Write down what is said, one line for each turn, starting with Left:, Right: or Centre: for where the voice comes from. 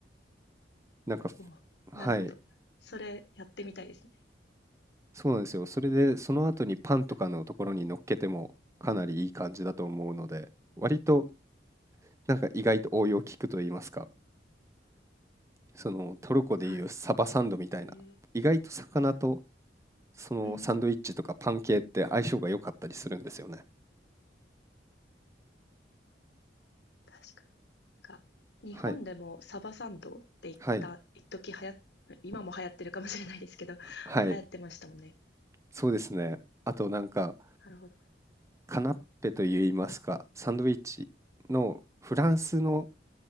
Right: なんか、
Left: おう、
Right: はい、
Left: なるほど。それやってみたいですね。
Right: そうなんですよ。それでその後にパンとかのところに乗っけてもかなりいい感じだと思うので、
Left: はい。
Right: 割と
Left: うん
Right: なんか意外と応用効くと言いますか。そのトルコでいうサバサンドみたいな意外と魚と
Left: はい。へえ
Right: そのサンドイッチとかパン系って相性が良かったりするんですよね
Left: うんうん、確かに。なんか、日本でもサバサンドって言った、
Right: はいはい
Left: 一時流行っ、今も流行ってるかもしれないですけど、流
Right: はい
Left: 行ってましたもんね。
Right: そうですねあとなんか
Left: なるほど。
Right: カナッペといいますかサンドイッチのフランスの
Left: うん。